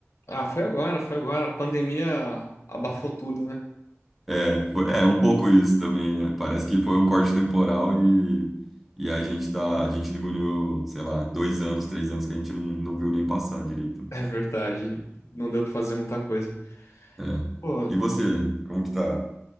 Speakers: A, on the left; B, in the centre.
A: Ah, foi agora, foi agora. A pandemia abafou tudo, né?
B: É, foi, é um pouco isso também, né? Parece que foi um corte temporal e, e a gente tá, a gente diminuiu, sei lá, dois anos, três anos que a gente não, não viu nem passar direito.
A: É verdade. Não deu pra fazer muita coisa.
B: É.
A: Pô,
B: E você, como que tá?